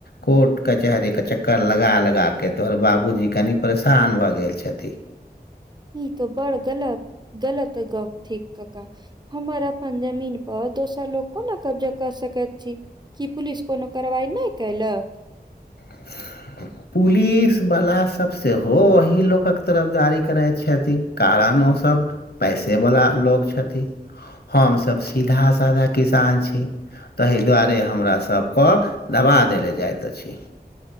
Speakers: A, on the left; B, on the right.
A: कोर्ट कचहरी के चक्कर कर लगा लगाके तोहर बाबूजी कनि परेशान भऽ गेल छथिन
B: ई त बड़ गलत गलत गप थीक कक्का हमर अपन जमीन पर दोसर लोग कोना कब्जा कऽ सकैत छी कि पुलिस कोनो कारवाइ नहि कयलक
A: <inaudible> पुलिस वला सब सेहो अही लोकक तरफदारी करैत छथि कारण ओ सब पैसे बला लोग छथि हम सभ सीधा साधा किसान छी ताहि दुआरे हमरासभ कऽ दबा देल जाइत अछि